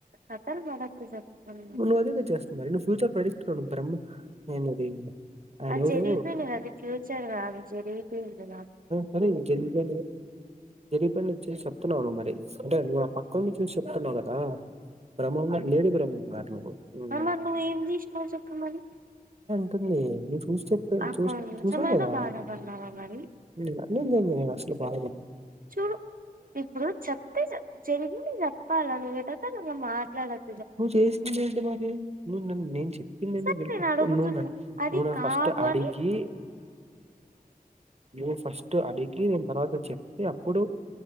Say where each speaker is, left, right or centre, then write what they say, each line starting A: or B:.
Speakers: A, on the right; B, on the right.
A: కథలు పడకు చెప్తున్నా
B: నువ్వు అే చేస్తున్నారురి నువ్వు ఫ్యూచర్ ప్రొడిక్ట్ బ్రహమయినది అయనూరు
A: అది జరిగిపోయింది అది ఫ్యూచర్ కాదు జరిగిపోయింది కాబట్టి
B: సరే గ జరి ప నుచ్చ సత్తనవను మరి అంటే నువ్వు ఆ పక్కం నుంచి నుంచి చెప్తున్నావు కదా బ్రహ్మారు లేడీ బ్రహ్మ గారు నువ్వు ఉమ్,
A: అమారి నువ్వు ఏమి తీష్ినవు చక్క మరి
B: అని నువ్వు చూసి చెప్ా
A: ఆ
B: చూ
A: కొంచెమైనా
B: చూసావు కదా
A: బాధపడినావా మరి
B: ఇ అస్సలు పాా
A: చూడు ఇప్పుడు చెప్తే జరిగింది చెప్పాల నువ్వు మాట్లాడకు
B: నువ్వు చేసింది ఏంటి మరి నువ్వు నన్న నేను చెప్పింది
A: సరే
B: నువ్వు
A: నేను అడుగుతున్నా
B: నన్ను
A: అది
B: నువ్వు నన్ను
A: కాదు
B: ఫస్ట్ అడిగి
A: అని
B: నువ్వు ఫస్ట్ అడిగి నేను తర్వాత చెప్తే అప్పుడు